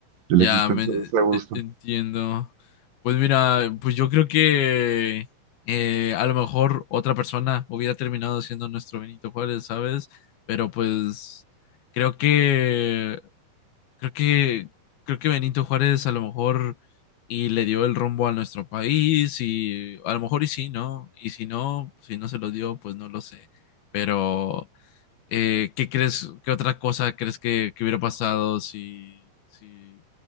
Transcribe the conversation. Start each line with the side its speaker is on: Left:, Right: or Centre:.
Right: de
Left: Ya,
Right: la existencia
Left: me,
Right: de ese busto.
Left: e- entiendo. Pues mira, pues yo creo que eh, a lo mejor otra persona hubiera terminado siendo nuestro Benito Juárez, ¿sabes? Pero pues creo que creo que creo que Benito Juárez a lo mejor y le dio el rumbo a nuestro país y a lo mejor y sí, ¿no? Y si no, si no se lo dio, pues no lo sé. pero eh, ¿qué crees, qué otra cosa crees que, que hubiera pasado si, si,